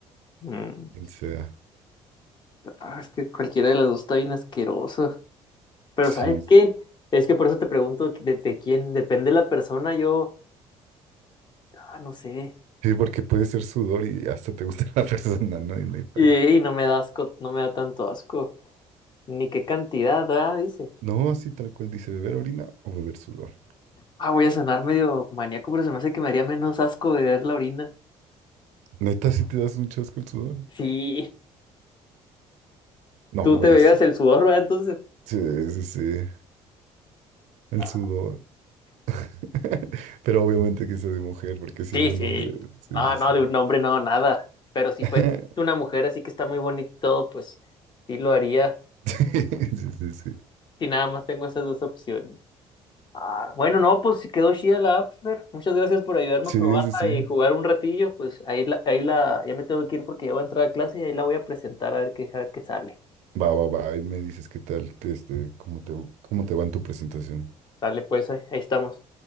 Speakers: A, on the left (about 40°); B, on the right (about 85°).
A: Mm.
B: quién sea.
A: Ah, es que cualquiera de las dos está bien asquerosa. Pero
B: Sí,
A: ¿sabes qué? Es que por eso te pregunto de, de quién depende la persona. Yo, ah, no sé.
B: sí, porque puede ser sudor y hasta te gusta <laughs> la persona, ¿no? Y no hay pa'
A: Y,
B: ello.
A: y no me da asco, no me da tanto asco. Ni qué cantidad, ah, dice.
B: No, así tal cual dice, beber orina o beber sudor.
A: Ah, voy a sonar medio maníaco, pero se me hace que me haría menos asco beber la orina.
B: Neta, si te das un chasco el sudor.
A: Sí,
B: No,
A: tú No. te
B: yo
A: bebías
B: sí,
A: el sudor, ¿verdad? Entonces.
B: sí, sí, sí, el
A: Ah,
B: sudor. <laughs> Pero obviamente que sea de mujer, porque si
A: sí,
B: de un
A: sí.
B: hombre, sí,
A: No,
B: sí,
A: no,
B: sí.
A: de un hombre no, nada. Pero si
B: <laughs>
A: fue una mujer así que está muy bonito, pues sí lo haría.
B: Sí, sí, sí.
A: Si nada más tengo esas dos opciones. Ah, bueno, no, pues sí quedó chida la app, Fer. Muchas gracias por ayudarme
B: Sí,
A: a probarla
B: sí, sí.
A: y jugar un ratillo. Pues ahí la, ahí la, ya me tengo que ir porque ya voy a entrar a clase y ahí la voy a presentar a ver qué, a ver qué sale.
B: Va, va, va, ahí me dices qué tal, este, cómo te, cómo te va en tu presentación.
A: Sale, pues, ahí ahí estamos.